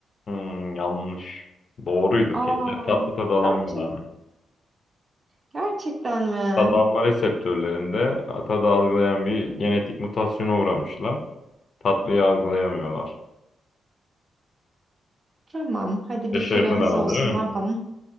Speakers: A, on the left; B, on the right.
A: Hmm, yanlış. Doğruydu.
B: Aa,
A: Kediler tatlı tadı alamıyorlar
B: gerçekten.
A: mı?
B: Gerçekten mi?
A: Tad alma reseptörlerinde tadı algılayan bir genetik mutasyona uğramışlar. Tatlıyı algılayamıyorlar.
B: Tamam. Hadi
A: Şaşırdın
B: bir firemiz
A: ama
B: olsun.
A: değil
B: Ne
A: mi?
B: yapalım?